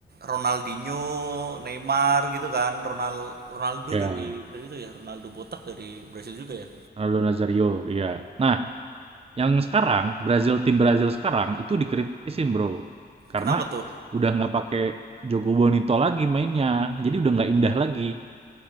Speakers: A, on the right (about 65°); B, on the right (about 35°).
A: Ronaldinho, Neymar gitu kan, Ronald Ronaldo
B: Iya.
A: dari dari itu ya, Ronaldo botak dari Brazil juga ya.
B: Ronaldo Nazario. Iya. Nah, yang sekarang Brazil tim Brazil sekarang itu dikritisin bro, karena
A: Kenapa tuh?
B: udah nggak pakai Jogo Bonito lagi mainnya. Jadi udah nggak indah lagi.